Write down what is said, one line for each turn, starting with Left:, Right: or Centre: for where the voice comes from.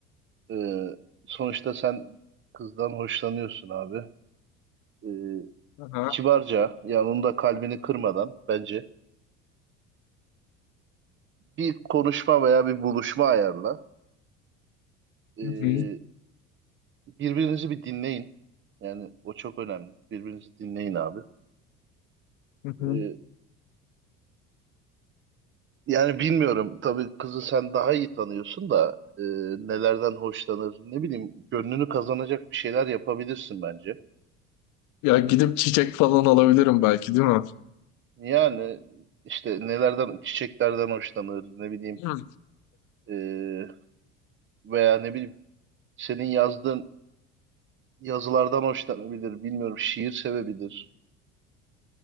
Right: Ee, sonuçta sen kızdan hoşlanıyorsun abi. Ee,
Left: Aha.
Right: kibarca yani onun da kalbini kırmadan bence bir konuşma veya bir buluşma ayarla. Ee,
Left: Hı hı.
Right: birbirinizi bir dinleyin. Yani o çok önemli. Birbirinizi dinleyin abi.
Left: Hı hı.
Right: Ee, yani bilmiyorum tabii kızı sen daha iyi tanıyorsun da e, nelerden hoşlanır ne bileyim gönlünü kazanacak bir şeyler yapabilirsin bence.
Left: ya gidip çiçek falan alabilirim belki değil mi?
Right: Yani işte nelerden çiçeklerden hoşlanır ne bileyim
Left: Hı.
Right: e, veya ne bileyim senin yazdığın yazılardan hoşlanabilir, bilmiyorum şiir sevebilir.